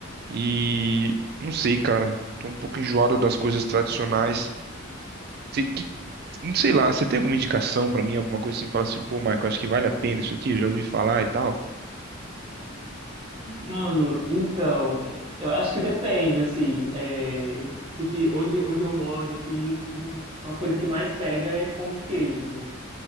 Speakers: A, on the right (about 50°); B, on the right (about 30°).
A: E não sei, cara. Tô um pouco enjoado das coisas tradicionais. Sei que- Não sei lá, você tem alguma indicação pra mim, alguma coisa assim, fala assim, pô, Michael, acho que vale a pena isso aqui, eu já ouvi falar e tal.
B: Mano, então, eh, eu acho que depende, assim, eh, tipo que onde, onde eu moro aqui, um- uma coisa que mais pega é pão de queijo, assim.